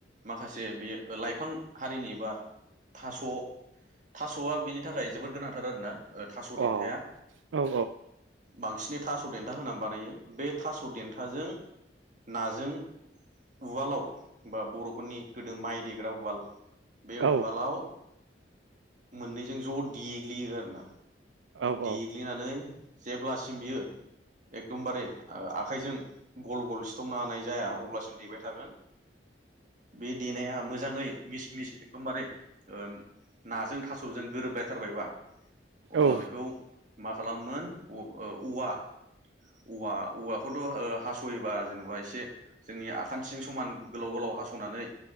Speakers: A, on the right; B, on the right.
A: माखासे बेयो ओ लाइफां हारिनि बा थास' था स'आ बेनि थाखाय जोबोद गोनांथार आरो ना। ओ थास'
B: औ
A: देन्थाया
B: औ
A: बांसिनै थास' देन्था होनानै बानायो। बे थास' देन्थाजों नाजों उवालाव बा बर'फोरनि गोदो माइ देग्रा उवाल बे
B: औ
A: उवालाव मोननैजों ज' देग्लियो आरो ना।
B: औ औ
A: देग्लिनानै जेब्लासिम बेयो एकदमबारे ओ आखाइजों गल गल सिथबनो हानाय जाया अब्लासिम देबाय थागोन। बे देनाया मोज जाङै मिस मिस एकदमबारे ओ नाजों थास'जों गोरोब लायथारबायबा अब्ला
B: औ
A: बेखौ मा खालामोन अ' ओ औवा औवा औवाखौथ' ओ हासयोबा जेनेबा एसे जोंनि आखान्थिजों समान गोलाव गोलाव हासनानै